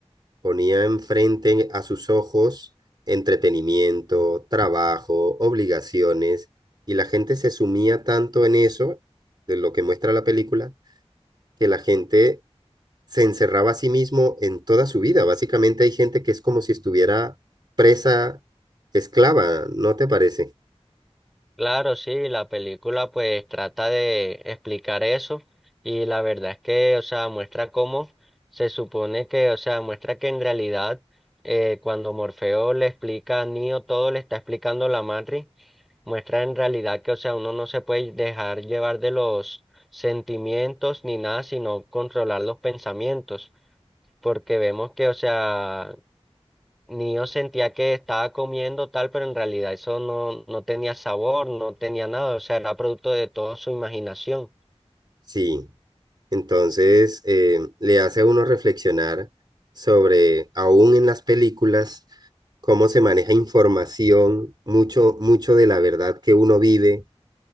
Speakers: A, on the right (about 45°); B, in the centre.
A: Ponía enfrente a sus ojos entretenimiento, trabajo, obligaciones, y la gente se sumía tanto en eso, de lo que muestra la película, que la gente se encerraba a sí mismo en toda su vida. Básicamente hay gente que es como si estuviera presa, esclava, ¿no te parece?
B: Claro, sí, la película pues trata de explicar eso y la verdad es que, o sea, muestra cómo se supone que, o sea, muestra que en realidad eh, cuando Morfeo le explica a Neo todo, le está explicando la matriz, muestra en realidad que, o sea, uno no se puede dejar llevar de los sentimientos ni nada, sino controlar los pensamientos, porque vemos que, o sea, ni yo sentía que estaba comiendo tal, pero en realidad eso no, no tenía sabor, no tenía nada, o sea, era producto de toda su imaginación.
A: Sí. Entonces, eh, le hace a uno reflexionar sobre, aún en las películas, cómo se maneja información, mucho, mucho de la verdad que uno vive